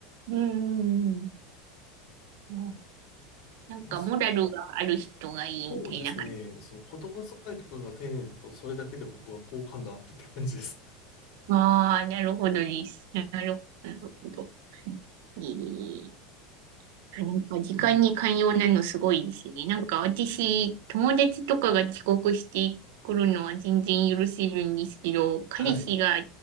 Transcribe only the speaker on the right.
うん。うん。うんなんかモラルがある人がいいみたいな感じ。
ああ、なるほどです。なるほど。えーなんか時間に寛容なのすごいですね。
なんか私、友達とかが遅刻してくるのは全然許せるんですけど、彼氏が